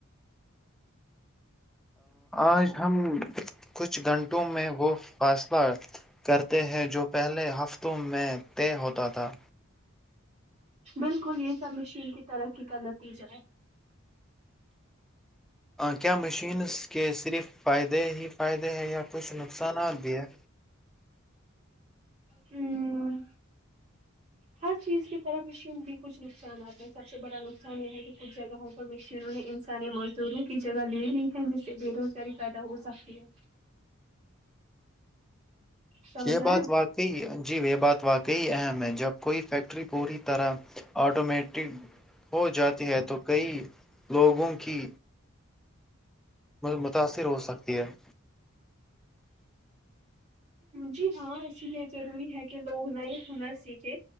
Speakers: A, in the centre; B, on the right.
A: آج ہم کچھ گھنٹوں میں وہ فاصلہ کرتے ہیں جو پہلے ہفتوں میں طے ہوتا تھا
B: بالکل یہ سب مشین کی ترقی کا نتیجہ ہے
A: کیا مشینز کے صرف فائدے ہی فائدے ہیں یا کچھ نقصانات بھی ہے
B: ہممم ہر چیز کی طرف مشین بھی کچھ نقصانات ہیں سب سے بڑا نقصان یہ ہے کہ کچھ جگہ مشینوں نے انسانی مزدوروں کی جگہ لے لی ہے جس سے بے روزگاری پیدا ہو سکتی ہے سمجھ
A: یہ
B: آیا
A: بات واقعی جی یہ بات واقعی اہم ہے جب کوئی فیکٹری پوری طرح آٹومیٹک ہو جاتی ہے تو کئی لوگوں کی متاثر ہو سکتی ہے
B: جی ہاں اسی لیے ضروری ہے کہ لوگ نئی ہنر سیکھے